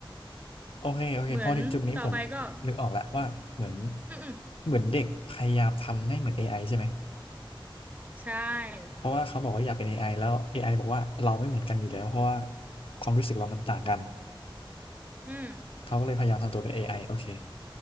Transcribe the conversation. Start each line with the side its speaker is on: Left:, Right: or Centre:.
Left: โอเคโอเคพอถึงจุดนี้ผม
Right: เหมือนต่อไปก็
Left: นึกออกแล้วว่าเหมือน
Right: อืมอืม
Left: เหมือนเด็กพยายามทำให้เหมือนเอไอใช่ไหม
Right: ใช่
Left: เพราะว่าเขาบอกว่าอยากเป็นเอไอแล้วเอไอบอกว่าเราไม่เหมือนกันอยู่แล้วเพราะว่าความรู้สึกเรามันต่างกัน
Right: อืม
Left: เขาก็เลยพยายามทำตัวเป็นเอไอโอเค